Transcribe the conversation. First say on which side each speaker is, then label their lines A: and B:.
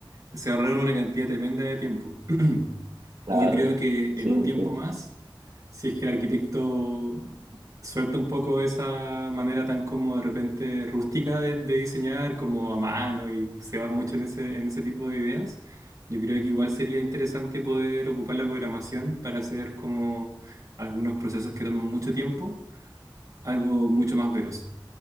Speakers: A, on the right; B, on the right.
A: se ahorraron una cantidad tremenda de tiempo. <clears throat>
B: claro,
A: Y yo creo que
B: sí,
A: en un
B: entiendo.
A: tiempo más, si es que el arquitecto suelta un poco esa manera tan como de repente rústica de, de diseñar, como a mano, y se va mucho en ese, en ese tipo de ideas, yo creo que igual sería interesante poder ocupar la programación para hacer como algunos procesos que toman mucho tiempo algo mucho más veloz